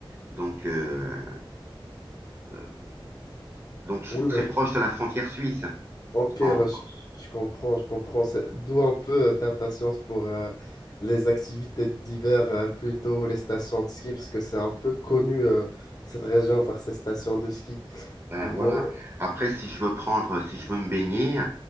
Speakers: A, on the right; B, on the left.
A: donc euh, euh, donc je
B: Oui,
A: suis très
B: bah,
A: proche de la frontière suisse.
B: Ok,
A: En-
B: bah, je, je comprends, je comprends. C'est- D'où un peu euh, ta patience pour euh, les activités d'hiver, euh, plutôt les stations de ski, parce que c'est un peu connu euh, cette région par ses stations de ski.
A: ben
B: Moi,
A: voilà. Après, si je veux prendre, si je veux me baigner,